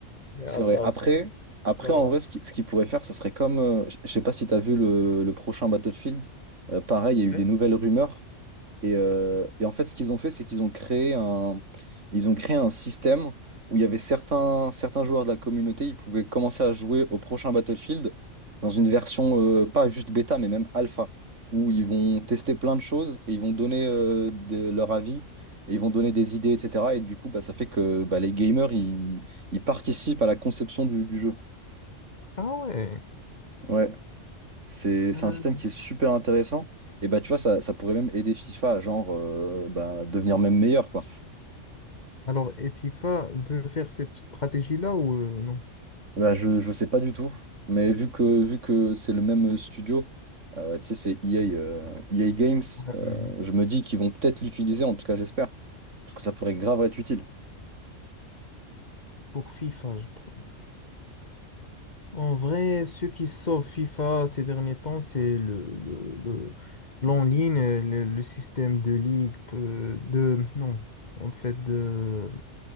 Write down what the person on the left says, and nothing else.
Mais
à
part
ça, je sais
pas.
Ouais.
Ah ouais.
Euh,
Alors, et FIFA veut faire cette stratégie-là ou euh, non?
euh,
pour FIFA, je prends- en vrai, ceux qui sauvent FIFA ces derniers temps, c'est le, le, le- l'en-ligne, euh, le, le système de ligue, euh, de, non, en fait, de,